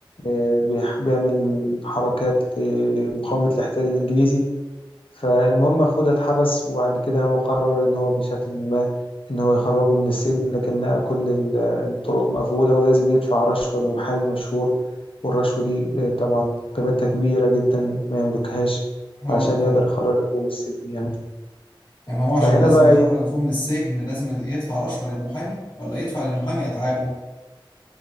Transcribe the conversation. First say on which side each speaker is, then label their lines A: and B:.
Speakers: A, on the left (about 80°); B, on the left (about 55°).
A: آه، بيح- بيعمل حركات ل- لمقاومة الاحتلال الانجليزي فالمهم أخوه ده اتحبس وبعد كده هو قرر إن هو بشكل ما إن هو يخرجه من السجن لكن لقى كل ال- الطرق مقفولة ولازم يدفع رشوة لمحامي مشهور والرشوة دي آه، طبعا قيمتها كبيرة جدا ما يملكهاش
B: اه
A: علشان يقدر
B: طبعا
A: يخرج أخوه من السجن يعني
B: يعني هو عشان
A: فهنا
B: لازم
A: بقى
B: يخرج
A: إيه
B: اخوه من السجن لازم يدفع رشوة للمحامي ولا يدفع للمحامي اتعابه